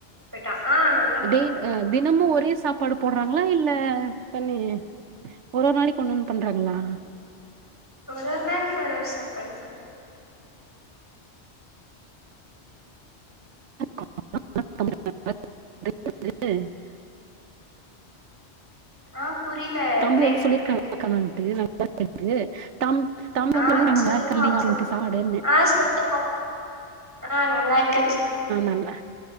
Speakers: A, on the right; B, on the right.
A: போயிட்டா ஆ நல்லா போடுறாங்க
B: டெய் தினமும் ஒரே சாப்பாடு போடுறாங்களா இல்ல தண்ணி ஒரு நாளைக்கு ஒண்ணொன்னு பண்றாங்களா
A: ஒரு ஒரு நாளைக்கு ஒரு ஒரு சாப்பாடுதா
B: <inaudible>
A: ஆ புரியல
B: தம்பி
A: பிரேக்
B: வந்து சொல்லிருக்கானா
A: ஆகி பிரேக் ஆயி
B: <inaudible> தம் தம் வந்து
A: ஆ
B: சொல்லிர்கானா
A: சொல்லுவா
B: லாருக்கா இல்லியா அப்டின்ட்டு
A: சொல்
B: சாப்பாடுனு
A: ஆ சொல்லுவா ஆ நல்லா இருக்குன் சொல்லுவா
B: நல்லா